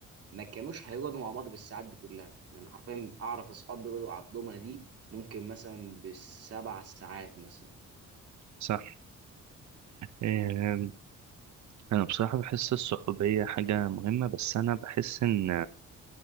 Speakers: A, on the right; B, on the right.
A: ما كانوش هيقعدوا مع بعض بالساعات دي كلها يعني حرفيا اعرف اصحاب بيقعدوا على الضمنه دي ممكن مثلا بالسبع ساعات مثلا
B: صح إيه، انا بصراحة بحس الصحوبية حاجة مهمة بس انا بحس ان